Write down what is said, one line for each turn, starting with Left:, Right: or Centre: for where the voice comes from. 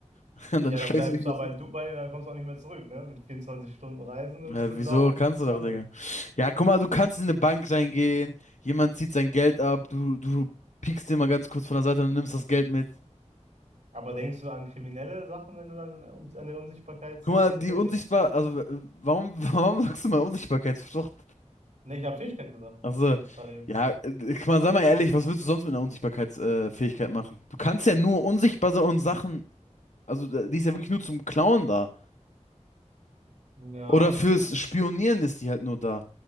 Left: <laughs> Und
Right: Ja,
Left: dann schleichst
Right: dann bleibst
Left: du dich
Right: du
Left: nach
Right: aber in Dubai und dann kommst du auch nicht mehr zurück, ne? Mit 24 Stunden Reisen, dann
Left: äh,
Right: bist du
Left: wieso
Right: da auch
Left: kannst
Right: gestrandet.
Left: du doch, Digga? Ja, guck mal, du kannst in eine Bank reingehen, jemand zieht sein Geld ab, du, du piekst den mal ganz kurz von der Seite und nimmst das Geld mit.
Right: Aber denkst du an kriminelle Sachen, wenn du dann um- an die Unsichtbarkeitsfähigkeit
Left: Guck mal, die unsichtbar,
Right: denkst?
Left: also äh, warum, <laughs> warum sagst du mal Unsichtbarkeitsflucht?
Right: Nee, ich habe Fähigkeit gesagt.
Left: Also,
Right: Jetzt gerade
Left: ja, äh, ich meine, sei mal ehrlich, was willst du sonst mit einer Unsichtbarkeitsfähigkeit äh, Fähigkeit machen? Du kannst ja nur unsichtbar sein und Sachen, also da- die ist ja wirklich nur zum Klauen da.
Right: eben. Ja,
Left: Oder fürs Spionieren ist die halt nur da.